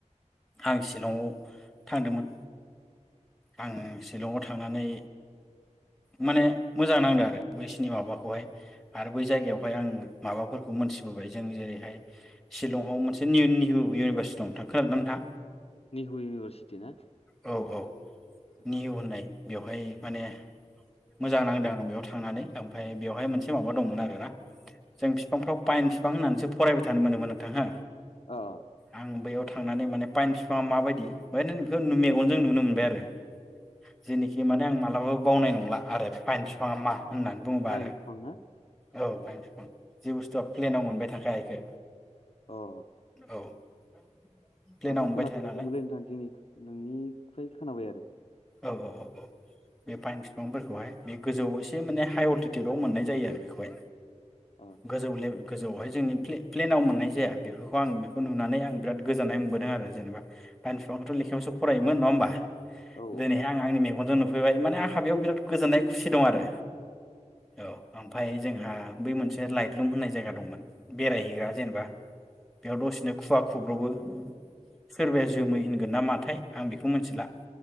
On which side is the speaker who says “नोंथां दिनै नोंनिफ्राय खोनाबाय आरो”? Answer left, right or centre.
Left